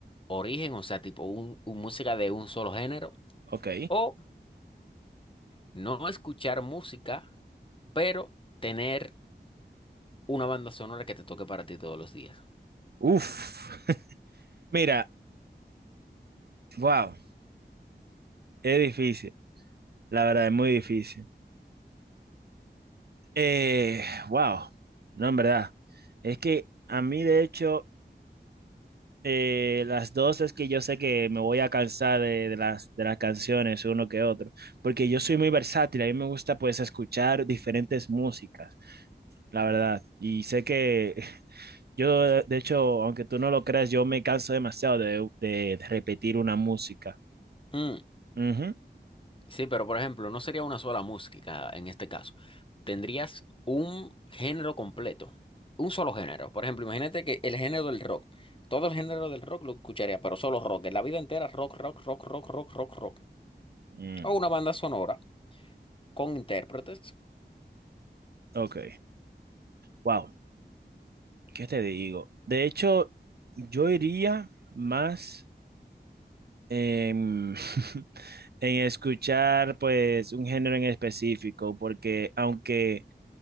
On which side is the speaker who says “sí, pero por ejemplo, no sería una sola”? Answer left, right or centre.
Left